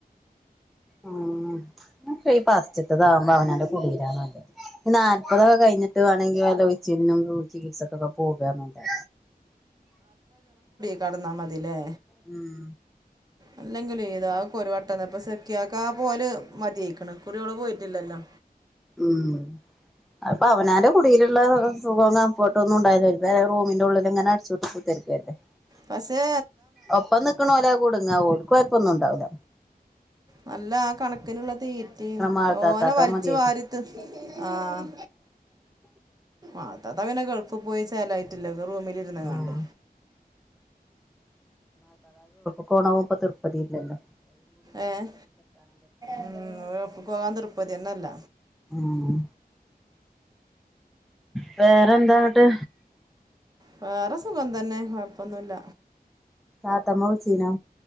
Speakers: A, in the centre; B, on the right (about 25°).
A: ആഹ് ഇ ഫാസ്റ്റത്തത് ആകുമ്പോ അവനവൻ്റെ കുടീലാ നല്ലത് നാല്പതൊക്കെ കഴിഞ്ഞിട്ട് വേണെങ്കിൽ വല്ല ഉഴിച്ചിലിനും ചികിത്സക്കൊക്കെ പോകന്നുണ്ടേ
B: കെടന്നാൽ മതിയല്ലേ
A: ഉം
B: അല്ലെങ്കിലും ഏതാ അവക്ക് ഒരു <unintelligible> ഇപ്പൊ സെക്കിയാ ക്കാ പോല് മതിയേക്കണ് കുറികള് പോയിട്ടില്ലല്ലോ
A: ഉം അപ്പൊ അവനോന്റെ കുടിയിലുള്ള സുഖവും കംഫർട്ടും ഒന്നും ഉണ്ടായിന്ന് വരില്ല റൂമിന്റെ ഉള്ളിൽ ഇങ്ങനെ അടി ച്ചുപൂട്ടി കുത്തിയിരിക്കും <unintelligible>
B: പക്ഷെ
A: ഒപ്പം നിക്കണ ഓര കുടുങ്ങാ ഓരിക്ക് കൊഴപ്പൊന്നും ഉണ്ടാവില്ല
B: നല്ല ആ കണക്കിനുള്ള തീറ്റിയും
A: മാൾത്താത്താക്ക
B: തോനെ വലിച്ചു
A: മതിയായിക്കണ്
B: വാരിത്തിന് ആഹ്
A: <inaudible>
B: ആ താത്താക്കു പിന്നെ ഗൾഫിൽ പോയി ചേലായിട്ടില്ലെ വെറുതെ റൂമിലിരുന്നങ്ങാണ്ട്
A: ആഹ് <unintelligible> ഇപ്പൊ തൃർപ്പതി ഇല്ലല്ലോ
B: ഏഹ് ഉം ഇവരെ ഉപ്പാക്ക് പോകാൻ തൃപ്പതി ഒന്നുംല്ല
A: മ്മ് വേറെന്താന്നിട്ട്
B: വേറെ സുഖം തന്നെ കൊഴപ്പൊന്നുമില്ല
A: താത്തമ്മ വിളിച്ചിനോ